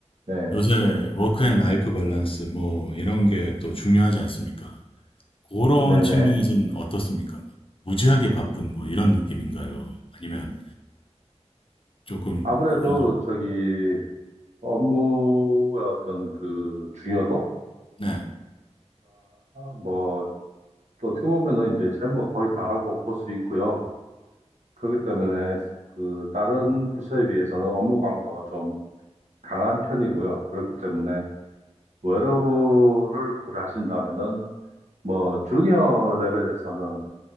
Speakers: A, on the right; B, on the left.
A: 네,
B: 요새 워크앤라이프 밸런스 뭐 이런 게 또 중요하지 않습니까? 그런
A: 네네.
B: 측면에서는 어떻습니까? 무지하게 바쁜 뭐 이런 느낌인가요? 아니면 조금
A: 아무래도
B: 어느 정도-
A: 저기 업무의 어떤 그 중요도가
B: 네
A: 뭐 또 어떻게 보면은 이제 재무가 거의 다라고 볼 수 있고요. 그렇기 때문에 그 다른 부서에 비해서는 업무 강도가 좀 강한 편이고요. 그렇기 때문에 웨러블을 고려하신다면은 뭐 주니어 레벨에서는